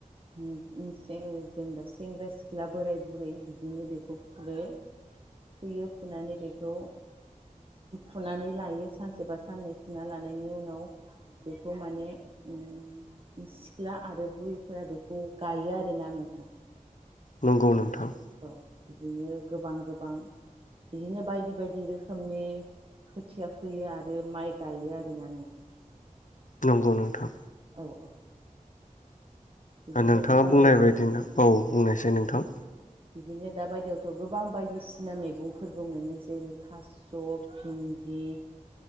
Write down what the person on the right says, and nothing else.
ओ ओं जेनबा सेंग्रा सि ख्ला बोराय बुरै बिदिनो बेखौ फुदो। बियो फुनानै बे खौ फुनानै लायो सानसेबा साननै फुना लानायनि उनाव बेखौ माने ओम सिख्ला आरो बुरैफोरा बेखौ गायो आरोना नोंथां।
औ बिदिनो गोबां गोबां बिदिनो बायदि बायदि रोखोमनि खोथिया फोयो आरो माइ गायो आरोना नोंथां।
औ औ बिदिनो
दा बायदियावथ'
औ बिदिनो दा बायदियावथ गोबां बायदिसिना मैगंफोरबो मोनो जेरै थास स भिन्दि